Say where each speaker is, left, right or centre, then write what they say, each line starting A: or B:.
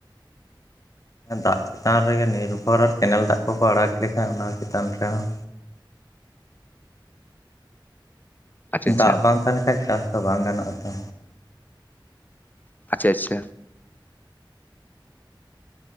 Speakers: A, on the left; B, on the left.
A: ᱫᱟᱜ ᱪᱮᱛᱟᱱ ᱨᱮᱜᱮ ᱱᱤᱨᱵᱷᱚᱨ ᱟᱨ ᱠᱮᱱᱮᱞ ᱫᱟᱜ ᱠᱚᱠᱚ ᱟᱲᱟᱜ ᱞᱮᱠᱷᱟᱱ ᱚᱱᱟ ᱪᱮᱛᱟᱱ ᱨᱮᱦᱚᱸ,
B: ᱟᱪᱪᱷᱟ ᱟᱪᱪᱷᱟ
A: ᱫᱟᱜ ᱵᱟᱝ ᱛᱟᱦᱮᱸ ᱞᱮᱠᱦᱟᱱ ᱪᱟᱥ ᱫᱚ ᱵᱟᱝ ᱜᱟᱱᱚᱜᱼᱟ ᱛᱚ᱾
B: ᱟᱪᱪᱷᱟ ᱟᱪᱪᱷᱟ